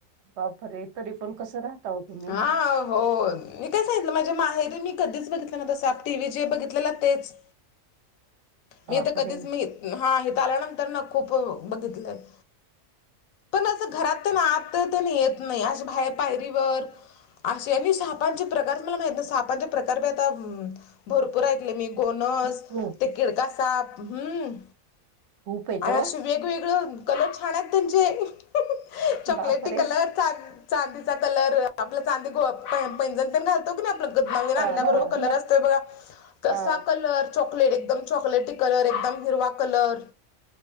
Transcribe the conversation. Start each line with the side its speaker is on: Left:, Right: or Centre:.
Right: बापरे! तरी पण कसं राहता ओ तुम्ही?
Left: हा हो मी काय सांगितलं माझ्या माहेरी मी कधीच बघितलं नव्हता साप,, टीव्हीत जे बघितलेलं तेच.
Right: बापरे
Left: मी तर कधीच मी,, हा,, इथ आल्यानंतर ना खूप बघितलंय. पण असं घरात त्यान, आत त्यांन येत नाही,, अश बाहेर पायरीवरऽ असे,, आणि सापांचे प्रकारच मला माहित नाही,, सापांचे प्रकार बि आताऽ भरपूर ऐकले मी,, गोनस,,
Right: खूप
Left: ते किडका साप,,, हम्म.
Right: खूप येत
Left: आणि
Right: ओ.
Left: अश वेगवेगळ,, कलर छान आहेत त्यांचे,, चॉकलेटी
Right: बापरे
Left: कलर. चांदीचा कलर, आपला चांदी, पैजण तण घालतऽ तो कलर
Right: हा
Left: आसतोय
Right: हा
Left: बगा,, तो कलर असतोय ब कसा
Right: हा
Left: कलर चॉकलेटीख एकम च कलर,, एकदम हिरवा कलर.